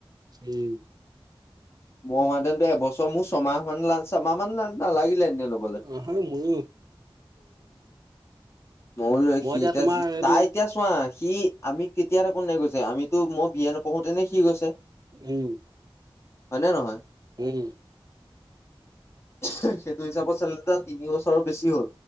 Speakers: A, on the right (about 45°); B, on the left (about 30°).
A: উম
B: মই হোৱা হেতেনটো এবছৰ মোৰ ছমাহ মান লাছ ছমাহ মান নালাগিলে। এনে ল'বলৈ
A: অ হা মইয়ো।
B: ময়ো লৈ
A: মই
B: সি এতিয়া
A: তোমাৰ এইটো
B: তাই এতিয়া চোৱা সি আমি কেতিয়া থাকো নে গৈছে। আমিতো মই বি য়ে নপঢ়োতেনে সি গৈছে।
A: উম।
B: হয়নে নহয়?
A: হুম
B: সেইটো হিচাপত চালেটো তাৰ তিনি বছৰো বেছি হ'ল।